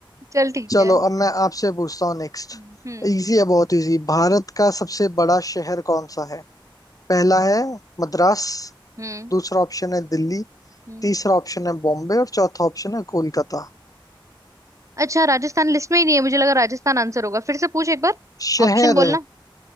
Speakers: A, on the right; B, on the left.
A: चल ठीक
B: चलो
A: है
B: अब मैं आपसे पूछता हूँ नेक्स्ट
A: हम्म
B: इजी है बहुत इजी भारत का सबसे बड़ा शहर कौन सा है पहला है मद्रास
A: हम्म
B: दूसरा ऑप्शन है दिल्ली
A: हम्म
B: तीसरा ऑप्शन है बॉम्बे और चौथा ऑप्शन है कोलकाता
A: अच्छा राजस्थान लिस्ट में ही नहीं है मुझे लगा राजस्थान आंसर होगा फिर से पूछ एक बार
B: शहर
A: ऑप्शन बोलना